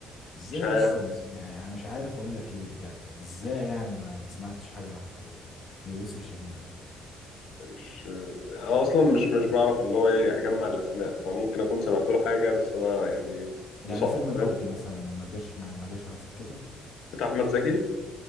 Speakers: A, on the left; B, on the left.
A: ازاي
B: مش عارف
A: يا اسطى ما س- يعني انا مش عارف اقول لك ايه بجد ازاي يعني ما ما سمعتش حاجه لاحمد إيه؟ ليوسف شاهين قبل كده
B: مش آه، انا اصلا مش مش بعرف اللي هو ايه اجمع الاسماء فممكن اكون سمعت له حاجه بس انا يعني
A: يعني
B: مسقط
A: فيلم الارض
B: فاهم
A: مثلا ما ما جاش ما ما جاش على سكتك
B: بتاع احمد زكي